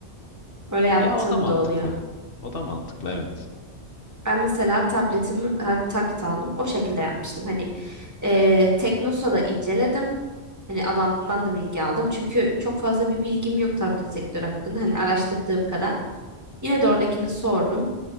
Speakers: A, on the right (about 15°); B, on the left (about 55°).
A: Öyle yaptığım
B: Ya o da mantıklı.
A: da oluyor.
B: O da mantıklı evet.
A: Ben mesela tabletimi ha, tablet aldım. O şekilde yapmıştım. Hani e, Teknosa'da inceledim. Hani adamdan da bilgi aldım. Çünkü çok fazla bir bilgim yok tablet sektörü hakkında. Hani araştırdığım kadar. Yine de oradakini sordum.